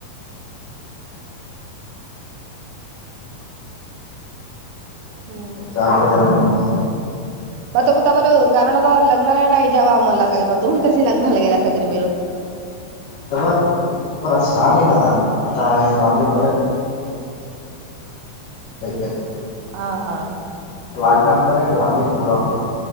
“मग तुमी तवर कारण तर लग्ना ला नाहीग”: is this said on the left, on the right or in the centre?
Right